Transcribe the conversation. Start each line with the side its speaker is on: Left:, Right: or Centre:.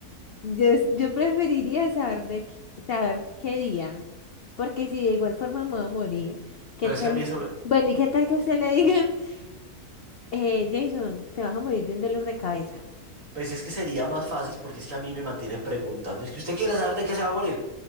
Left: Yo, s- yo preferiría saber de qué- saber qué día, porque si de igual forma me voy a morir, ¿qué
Right: Pero
Left: tal?
Right: es que a mí eso me-
Left: Bueno, ¿y qué tal que a usted le digan, <laughs> eh, Jason, te vas a morir de un dolor de cabeza?
Right: Pues es que sería más fácil porque es que a mí me mantienen preguntando, es que usted quiere saber de qué se va a morir,